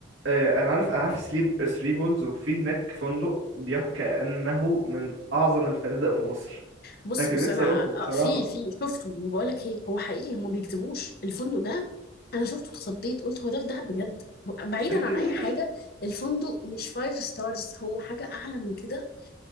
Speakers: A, on the right (about 80°); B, on the left (about 50°).
A: آه، انا عارف انا عارف سليب ثري بولز وفي هناك فندق بيحكى انه من اعظم الفنادق في مصر
B: بص
A: انا كان
B: بص
A: نفسي
B: انا
A: اروحه
B: أ-
A: بصراحه
B: أ- في في شفته وبقول لك ايه هو حقيقي هم ما بيكذبوش الفندق ده انا شفته اتخضيت قلت هو ده في دهب بجد ب- بعيدا
A: <laughs>
B: عن اي حاجه الفندق مش فايف ستارز هو حاجه اعلى من كده